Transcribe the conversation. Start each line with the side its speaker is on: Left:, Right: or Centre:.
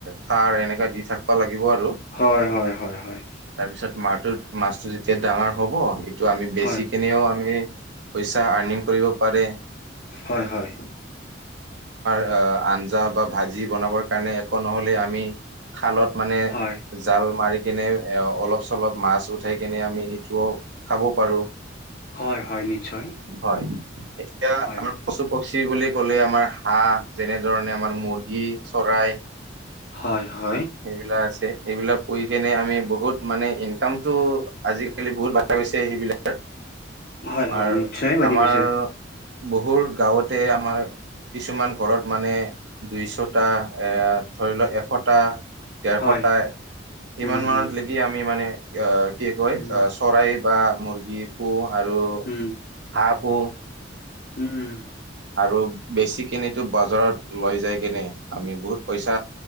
Right: খাৰ এনেকা দি থাকব লাগে দিব আৰু
Left: হয় হয় হয় হয় হয়
Right: তাৰপিছত মাহটোত মাছতটো যেতিয়া ডাঙৰ হব সটো আমি বেচি
Left: হয়
Right: কেনেও আমি পইচা আৰ্নিং কৰিব পাৰে
Left: হয় হয়
Right: অ আঞ্জা বা ভাজি বনাবৰ কাৰণে একো নহ'লে আমি খালত মানে
Left: হয়
Right: জাল মাৰি কিনে এ অলপ চলপ মাছ উঠাই কিনে আমি ইটোও খাব পাৰো
Left: হয় হয় নিশ্চয়
Right: হয় এতিয়া
Left: হয়
Right: আমাৰ পশু পক্ষি বুলি কলে আমাৰ হাঁহ যেনেধৰণে আমাৰ মুৰ্গী চৰাই
Left: হয় হয়
Right: সেইবিলাক আছে এইবিলাক কৰি কেনে আমি বহুত মানে ইনকামতটো আজিকালি বহুত বাঢ়া গৈছে সেইবিলাকত
Left: হয় হয়
Right: আৰু
Left: নিশ্চয় বাঢ়ি
Right: আমাৰ
Left: গৈছে
Right: বহু গাঁৱতে আমাৰ কিছুমান ঘৰত মানে দুইশটা এ ধৰি লওক এশটা দেৰশটাই
Left: হয়
Right: সিমান
Left: উম
Right: মানত
Left: উম।
Right: লকি আমি মানে অ কি কয়
Left: উম
Right: চৰাই বা মুৰ্গী পোহ আৰু
Left: উম
Right: সাপ অ
Left: উম!
Right: আৰু বেছি কিনিতো বজাৰত লৈ যাই কেনে আমি বহুত পইচা